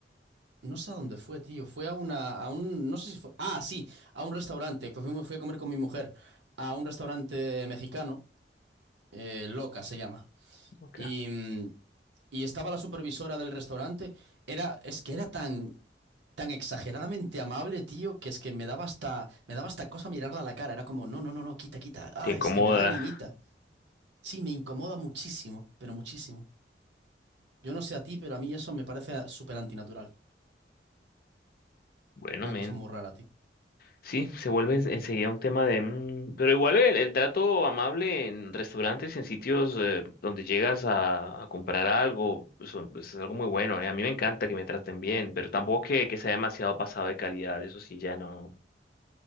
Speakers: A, on the right; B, on the left.
A: no sé a dónde fue, tío, fue a una, a un, no sé si fue, ah, sí, a un restaurante, que fui, fui a comer con mi mujer, a un restaurante mexicano, eh, Loca se llama.
B: Ok.
A: Y, mm, y estaba la supervisora del restaurante, era, es que era tan, tan exageradamente amable, tío, que es que me daba hasta, me daba hasta cosa mirarla a la cara. Era como, no, no, no, no, quita, quita. Ah,
B: Te incomoda.
A: es que me da grimita. Sí, me incomoda muchísimo, pero muchísimo. Yo no sé a ti, pero a mí eso me parece súper antinatural.
B: Bueno,
A: Una
B: men.
A: cosa muy rara, tío.
B: Sí, se vuelve en- enseguida un tema de... mm, pero igual el, el trato amable en restaurantes, en sitios eh, donde llegas a, a comprar algo, eso, es algo muy bueno, ¿eh? A mí me encanta que me traten bien, pero tampoco que, que sea demasiado pasado de calidad, eso sí, ya no...